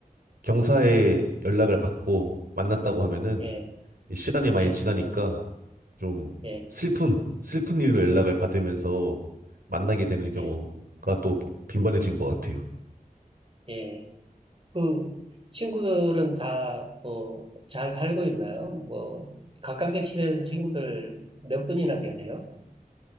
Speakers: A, on the right; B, on the right.
A: 경사에 연락을 받고 만났다고 하면은
B: 예,
A: 이 시간이 많이
B: 예,
A: 지나니까 좀
B: 예,
A: 슬픈, 슬픈 일로 연락을 받으면서 만나게 되는 경우가
B: 예,
A: 또 빈번해진 것 같아요.
B: 예. 그, 친구들은 다, 뭐, 잘 살고 있나요? 뭐, 가깝게 지내는 친구들 몇 분이나 계세요?